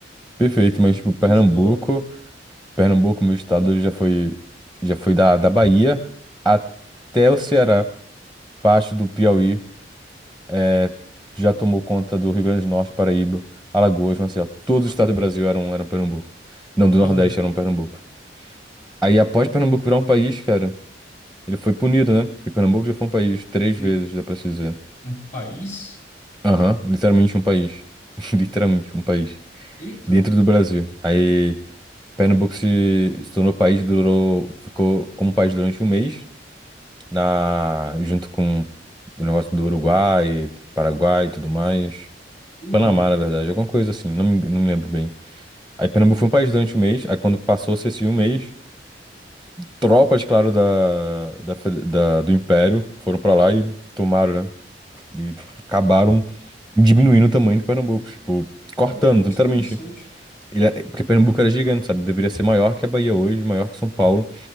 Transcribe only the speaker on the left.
que,
que que você falou?
Aham.
Um,
um país?
Eita.
Uhum.
Cara, que negócio
interessante.